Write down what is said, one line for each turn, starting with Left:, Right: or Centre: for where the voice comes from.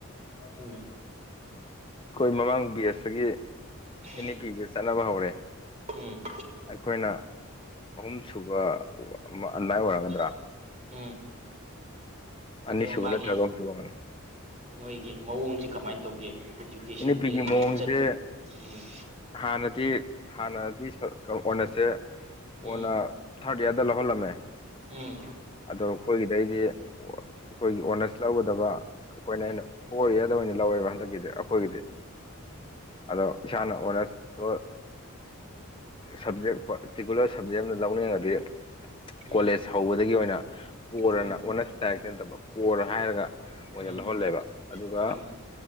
Right: ꯎꯝ
Left: ꯑꯈꯣꯏ ꯃꯃꯥꯡ ꯕ‌ꯦꯁꯇꯒꯤ
Right: ꯎꯝ
Left: ꯑꯦꯟ ꯑ‌ꯦ ꯄꯤ ꯕꯦꯁ ꯆꯠꯅꯕꯥ ꯍꯧꯔꯦ
Right: ꯎꯝ
Left: ꯑꯩꯈꯣꯏꯅ ꯑꯍꯨꯝꯁꯨꯨꯕꯥ ꯥꯑꯃꯥ ꯑꯗꯨꯃꯥꯏ
Right: ꯎꯝ
Left: ꯑꯣꯏꯔꯝꯒꯗ꯭ꯔꯥ
Right: ꯎꯝ ꯑꯗꯣ
Left: ꯑꯅꯤꯁꯨꯕ
Right: ꯃꯥꯒꯤ
Left: ꯅꯠꯇ꯭ꯔꯒ ꯑꯍꯨꯝꯁꯨꯕ ꯑꯃꯅꯤ
Right: ꯃꯣꯏꯒꯤ ꯃꯑꯣꯡꯖꯤ ꯀꯃꯥꯏꯟ ꯇꯧꯒꯦ ꯏꯖꯨ ꯀꯦꯁꯟꯒꯤ
Left: ꯑꯦꯟ ꯏ ꯄꯤꯒꯤ
Right: ꯂꯥꯏꯔꯤꯛ
Left: ꯃꯑꯣꯡꯁꯦ
Right: ꯆꯠꯄꯥ ꯎꯝ
Left: ꯍꯥꯟꯅꯗꯤ ꯍꯥꯟꯅꯗꯤ ꯑ‌ꯣꯅꯁ ꯁ‌ꯦ ꯀ‌ꯣꯟꯅꯥ
Right: ꯎꯝ
Left: ꯊꯔꯥꯠ ꯏꯌꯥꯔꯗ ꯂꯧꯍꯜꯂꯝꯃꯦ
Right: ꯎꯝ
Left: ꯑꯗꯣ ꯑꯩꯈꯣꯏꯒꯤ ꯗꯩꯗꯤ ꯑꯩꯈꯣꯏꯒꯤ ꯑꯣꯅꯁ ꯂꯧꯒꯗꯕ ꯑꯩꯈꯣꯏꯅ ꯑꯩꯅ ꯐꯣꯔ ꯏꯌꯥꯔꯗ ꯑꯣꯏꯅ ꯂꯧꯋꯦꯕ ꯍꯟꯗꯛꯀꯤꯗꯤ ꯑꯩꯈ‌ꯣꯏ ꯒꯤꯗꯤ ꯑꯗꯣ ꯏꯁꯥꯅ ꯑꯣꯔꯅꯁꯇꯣ ꯁꯕꯖꯦꯛ ꯄꯥꯔꯇꯤꯀꯨꯂꯔ ꯁꯕꯖꯦꯛ ꯑꯃꯗ ꯂꯧꯅꯩ ꯑꯗꯤ
Right: ꯎꯝ
Left: ꯀꯣꯂꯦꯖ ꯍꯧꯕꯗꯒꯤ ꯑꯣꯏꯅ ꯀꯣꯔ
Right: ꯎꯝ
Left: <unintelligible> ꯂꯥꯏꯔꯤꯛꯇꯩ ꯅꯠꯇꯕ ꯀꯣꯔ ꯍꯥꯏꯔꯒ ꯑꯣꯏꯅ
Right: ꯎꯝ
Left: ꯂꯧꯍꯜꯂꯦꯕ ꯑꯗꯨꯒ
Right: ꯎꯝ ꯎꯝ ꯎꯝ ꯎꯝ ꯎꯝ ꯎꯝ ꯎꯝ ꯎꯝ ꯎꯝ